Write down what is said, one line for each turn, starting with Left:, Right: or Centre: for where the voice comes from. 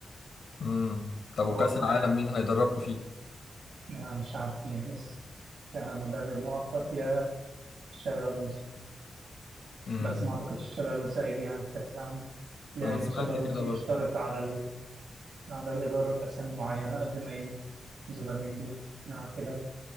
Left: امم طب وكأس
Right: اتوقع
Left: العالم
Right: يعني
Left: مين هيدربكوا فيه
Right: أنا مش عارفين بس يا مدرب مؤقت يا تشابي الونسو
Left: امم
Right: بس ما اعتقدش تشابي الونسو هيجي يعني في كأس العالم لان
Left: أنا سمعت
Right: تشابي الونسو
Left: كده برضه
Right: مشترط على على الإدارة بأسامي معينة قبل ما يجي زوبر مندي نعم كده